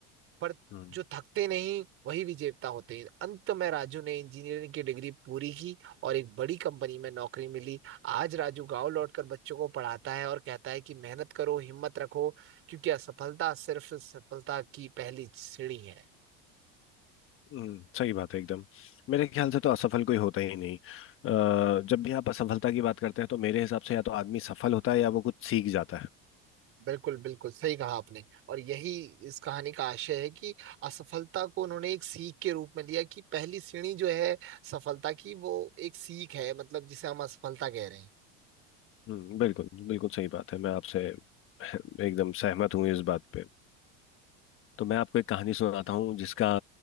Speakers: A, on the right (about 40°); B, on the left (about 40°).
A: पर
B: हम्म
A: जो थकते नहीं वही विजेता होते हैं अंत में राजू ने इंजीनियरिंग की डिग्री पूरी की और एक बड़ी कंपनी में नौकरी मिली आज राजू गांव लौटकर बच्चों को पढ़ाता है और कहता है कि मेहनत करो हिम्मत रखो क्योंकि असफलता सिर्फ सफलता की पहली सीढ़ी है
B: हम्म, सही बात है एकदम मेरे ख्याल से तो असफल कोई होता ही नहीं अ, जब भी आप असफलता की बात करते हैं तो मेरे हिसाब से या तो आदमी सफल होता है या वो कुछ सीख जाता है
A: बिल्कुल बिल्कुल सही कहा आपने और यही इस कहानी का आशय है कि असफलता को उन्होंने एक सीख के रूप में लिया कि पहली सीढ़ी जो है सफलता की वो एक सीख है मतलब जिसे हम असफलता कह रहे
B: हम्म, बिल्कुल बिल्कुल सही बात है मैं आपसे <laughs> एकदम सहमत हूँ इस बात पे तो मैं आपको एक कहानी सुनाता हूँ जिसका